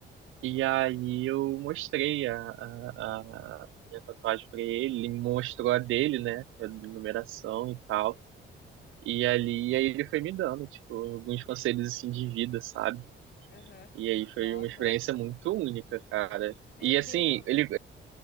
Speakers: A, on the right (about 85°); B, on the left (about 55°).
A: E aí eu mostrei a, a, a minha tatuagem pra ele, ele mostrou a dele, né, a numeração e tal. E ali, aí ele foi me dando, tipo, alguns conselhos assim de vida, sabe?
B: Aham.
A: E aí foi
B: Nossa.
A: uma experiência muito única, cara.
B: Meu
A: E assim,
B: Deus.
A: ele.